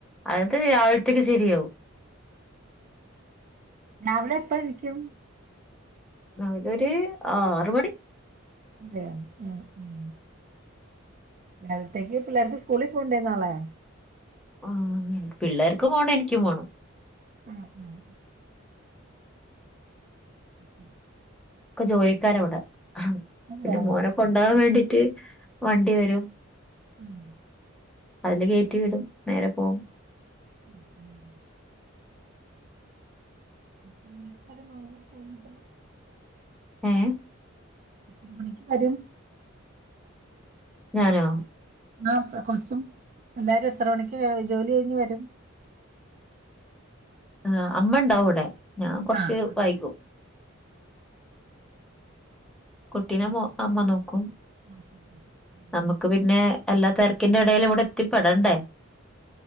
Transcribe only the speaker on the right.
രാവിലെ എപ്പ നിക്കും.
അതെയ ആഹ് ഉ. രാവിലത്തേക് പിള്ളേർക്ക് സ്കൂള പോണ്ടേന്നാളെ.
ആ ആ <inaudible>
ഉം
ഉം.
<inaudible> എത്ര മണിക്കൂർ <unintelligible>
<unintelligible>
ആ കൊറച്ചും എല്ലാവാരും എത്ര മണിക്ക് ജോലി കഴിഞ്ഞഞ് വരും
ആ ആ
ആഹ